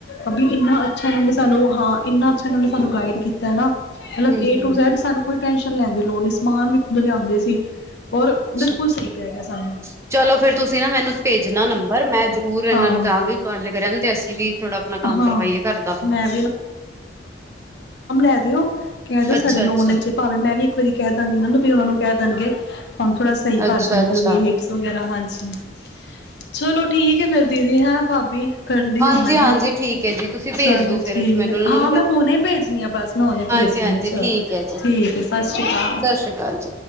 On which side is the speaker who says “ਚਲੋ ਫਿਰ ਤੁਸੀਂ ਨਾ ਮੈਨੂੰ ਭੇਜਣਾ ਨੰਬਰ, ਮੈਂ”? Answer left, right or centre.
Right